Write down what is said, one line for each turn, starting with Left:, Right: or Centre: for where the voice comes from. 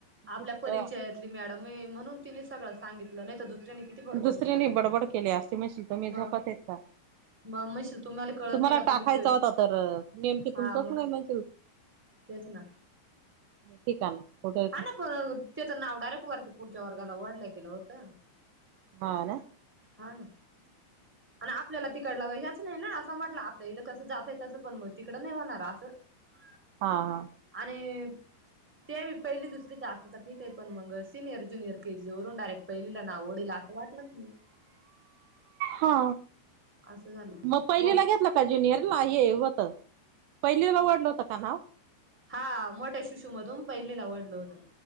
Centre: आपल्यां
Right: बुट
Centre: परिचयांतली मॅडम आहे म्हणूंन तिने सगळं सांगितलं नाहीं तरं दुसऱ्यांनी किती बडबड
Right: दुसऱ्यांनी
Centre: केली असती
Right: बडबड केली असती म्हणतील तुम्ही
Centre: मग
Right: झोपत आहे का?
Centre: मग म्हणशील कळत
Right: तुम्हाला
Centre: नाही का
Right: टाकायचा
Centre: तुम्ही
Right: होता तर नेमकीे
Centre: हा
Right: तुमचाच
Centre: मग
Right: नाही म्हणज
Centre: तेच ना
Right: ठीक आहे. <unintelligible>
Centre: हा ना पण त्याच नाव डायरेक्ट वरचे पुढच्या वर्गाला वडलं गेलं होत.
Right: हा ना.
Centre: हा ना आणि आपल्याला तिकडलं हेच नाही ना असं म्हटलं आपल्या इथं कसं जात आहे तसं पण मग तिकड नाही होणार असं. <unintelligible>
Right: हा हा.
Centre: आणि ते पहिली दुसरीचं असता तर ठीक आहे पण मग सिनियर ज्युनियर के जी वरून डायरेक्ट पहिला नाव ओडेल असं वाटच नाही.
Right: हा
Centre: असं झालं
Right: मग पहिलीला
Centre: व
Right: घेतलं का ज्युनियरला ये होत पहिलीला ओढलं होत का नाव.
Centre: हा मोठ्या शिशूमधून पहिलीला आवडलं होतं.